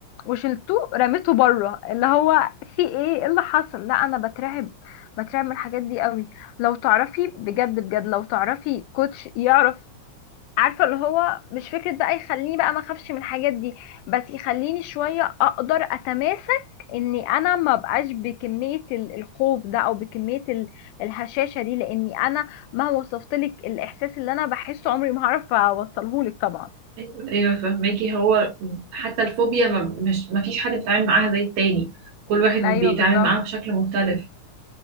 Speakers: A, on the left (about 90°); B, on the right (about 65°).
A: وشلته رميته بره اللي هو في ايه إيه اللي حصل لا انا بترعب بترعب من الحاجات دي قوي لو تعرفي بجد بجد لو تعرفي كوتش يعرف عارفه اللي هو مش فكره بقى يخليني بقى ما اخافش من الحاجات دي بس يخليني شويه اقدر اتماسك اني انا ما بقاش بكميه ال- الخوف ده او بكميه ال- الهشاشه دي لاني انا مهما وصفتلك الاحساس اللي انا بحسه عمري ما هعرف اوصلهولك طبعا
B: ايوه أيوة، فهماكي هو حتى الفوبيا ما مش ما فيش حد بيتعامل معاها زي التاني كل واحد بيتعامل
A: ايوه بالظبط
B: معاها بشكل مختلف